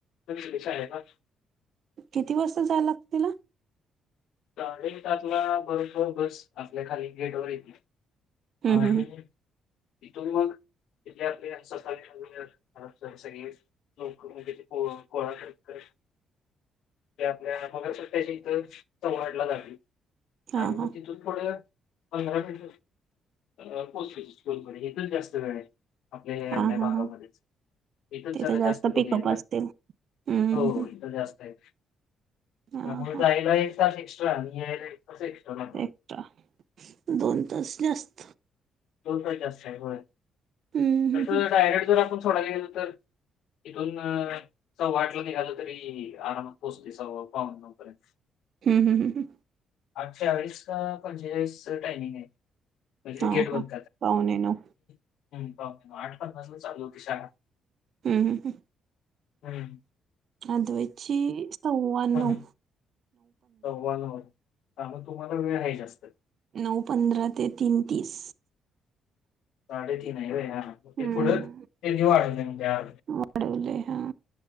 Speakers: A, on the left; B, on the right.
A: <inaudible>
B: <inaudible> किती वाजता जायला लागत तिला
A: साडे सात ला आपला बरोबर बस आपल्या खाली गेटवरर येते <inaudible>
B: हम्म
A: ह
B: हम्म हम्म.
A: इथून मघ <inaudible> तिथले आपले सगळे लोकथे कोळा करत करत ते आपल्या मग्याशी इथ चौराटला लागली आणि
B: हा हा
A: मग तिथून थोडं पंधरा मिट अ पो स्कूलकडे इथ जास्त वेळ आहे आपल्या
B: हा
A: एवढ्या
B: हा
A: भागामध्येच
B: हा
A: इथंच
B: तिथे
A: झारा जास्त मुग
B: पिकअप
A: आहेत ना
B: असतील. हम्म
A: हो
B: हम्म
A: इथं जास्त आहे
B: हा
A: त्यामुळेयला
B: हा
A: एक तास एक्स्ट्रा आणि यायला तास एक्स्ट्रा लागतो
B: एकट दोन तास जास्त
A: दोन पण जास्त आहे होय
B: हम्म
A: तस
B: हम्म
A: जर
B: हम्म
A: डायरेक्ट जर आपण थोडा गेलो तर इथून सव्वा आठला वाटलं निघालं तरी आरामात पोहोचते सव्वा पावन नऊ पर्यंत
B: हम्म हम्म हम्म
A: आठ चाळीस का पंचेचाळीस टायमिंग आहे म्हणजे
B: हां,
A: गेट बंद
B: हां. पावणे नऊ
A: हम्म पावणे नऊ आठ पाच वाजला चालू होती शाळा
B: हम्म हम्म
A: हम्म
B: अद्वेतची सव्वा
A: हं,
B: नऊ
A: सव्वा नऊ हा मग तुम्हाला वेळ ह्याय जास्त
B: नऊ पंधरा ते तीन तीस
A: साडेतीन आहे व्हय हा ते
B: हं.
A: थोडं त्यांनी वाढवल मग त्या
B: वाढवलंय हां.